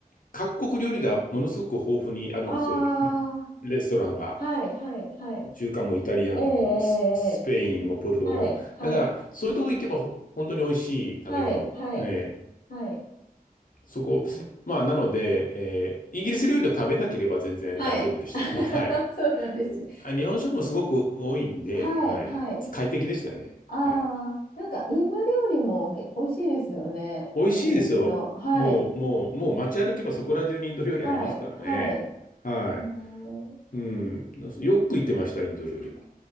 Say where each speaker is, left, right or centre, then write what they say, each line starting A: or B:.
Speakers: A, on the left; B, on the left.
A: 各国料理がものすごく豊富にあるんですよ。
B: あ
A: レストランが、
B: あ、はい、はい、はい、
A: 中華もイタリアンもス、
B: ええ、ええ、
A: スペインもポルトガルも。
B: ええはい、はい、
A: だから、そういうとこ行けばほ本当に美味しい食べ物。
B: はい、はい、
A: ええ
B: はい、
A: そこ、まあ、なので、ええイギリス料理を食べなければ全然大丈夫でしたね。
B: はい、<laughs>
A: <laughs> はい。
B: そうなんですね。
A: あ日本食もすごく多いんで、
B: はい、
A: はい。
B: はい、
A: 快適でしたね。
B: あ
A: はい。
B: あ、なんかインド料理もげ美味しいですよね。
A: 美味しいですよ。
B: イギリスの。はい、
A: もう、もう、もう街歩けばそこら中にインド料理ありますからね。
B: はい、はい。
A: はい。
B: うん
A: うん。よく行ってました、インド料理は。